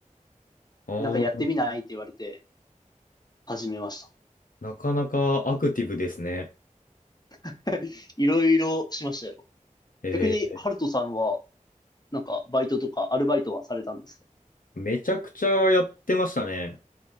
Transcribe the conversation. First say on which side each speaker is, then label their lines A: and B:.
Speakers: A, on the left; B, on the left.
A: あー
B: なんかやってみないって言われて、始めました。
A: なかなかアクティブですね。
B: <laughs> いろいろしましたよ。
A: え
B: 逆に、ハルトさんは、なんか、バイトとか、アルバイトはされたんですか
A: ー、めちゃくちゃやってましたね。